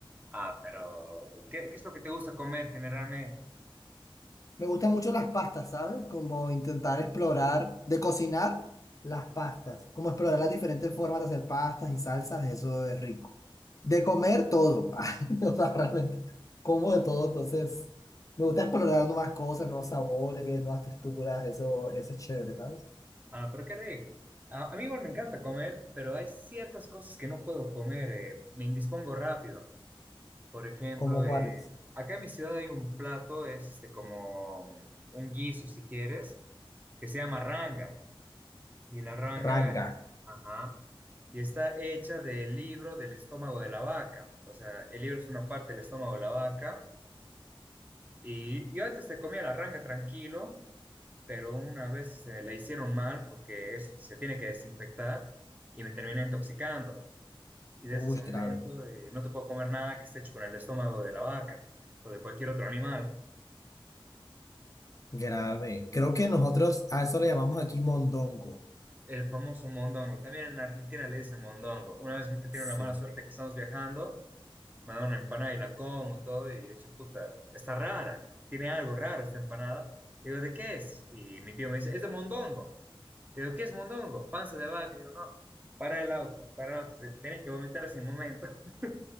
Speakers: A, on the right; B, on the left.
A: Ah, pero ¿qué, qué es lo que te gusta comer generalmente?
B: Me gustan mucho las pastas, ¿sabes? Como intentar explorar, de cocinar las pastas, como explorar las diferentes formas de hacer pastas y salsas, eso es rico. De comer todo, <laughs> o sea, realmente como de todo, entonces me gusta explorar nuevas cosas, nuevos sabores, nuevas texturas, eso, eso es chévere, ¿sabes?
A: Ah, pero qué rico. A, a mí igual me encanta comer, pero hay ciertas cosas que no puedo comer, eh, me indispongo rápido. Por ejemplo,
B: ¿Cómo cuáles?
A: eh, acá en mi ciudad hay un plato, es este, como mm, un guiso, si quieres, que se llama ranga. Y la ranga,
B: Ranga.
A: es- ajá, y está hecha del libro del estómago de la vaca. O sea, el libro es una parte del estómago de la vaca. Y yo antes te comía la ranga tranquilo. pero una vez se la hicieron mal porque eso se tiene que desinfectar y me terminé intoxicando. Y desde
B: Uy,
A: ese momento
B: grave,
A: eh, no te puedo comer nada que esté hecho con el estómago de la vaca o de cualquier otro animal.
B: grave. Creo que nosotros a eso le llamamos aquí mondongo.
A: El famoso mondongo. También en Argentina le dicen mondongo. Una vez he tenido
B: Sí.
A: la mala suerte que estamos viajando, me dan una empanada y la como todo y yo he dicho, puta, está rara, tiene algo raro esta empanada. Digo, ¿de qué es? Y mi tío me dice, es de mondongo. Y yo, ¿qué es mondongo? Panza de vaca. Y yo, no, para el auto, para el auto, te- tenés que vomitar ese momento. <laughs>